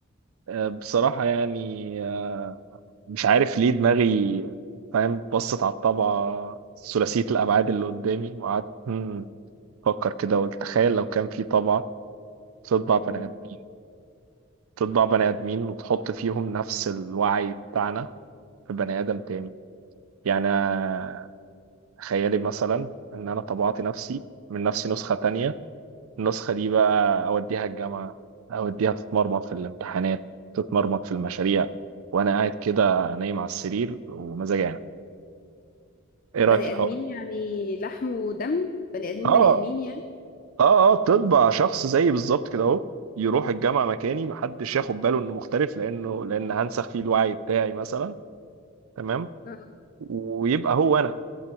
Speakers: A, on the right; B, on the left.
A: آه، بصراحة يعني آه، مش عارف ليه دماغي فاهم بصت على الطبعة ثلاثية الابعاد اللي قدامي وقعدت مم، افكر كده وقلت تخيل لو كان في طبعة تطبع بني
B: مم.
A: ادمين تطبع بني آدمين وتحط فيهم نفس الوعي بتاعنا في بني آدم تاني يعني أنا خيالي مثلا إن أنا طبعت نفسي من نفسي نسخة تانية النسخة دي بقى أوديها الجامعة أوديها تتمرمط في الامتحانات تتمرمط في المشاريع وأنا قاعد كده نايم على السرير ومزاجي يعني إيه
B: بني
A: رأيك في الحوار؟
B: ادمين يعني لحم ودم بني ادمين
A: آه
B: بني ادمين يعني
A: آه آه تطبع شخص زيي بالظبط كده أهو يروح الجامعة مكاني محدش ياخد باله إنه مختلف لأنه لأن هنسخ فيه الوعي بتاعي مثلا تمام
B: آه.
A: ويبقى هو أنا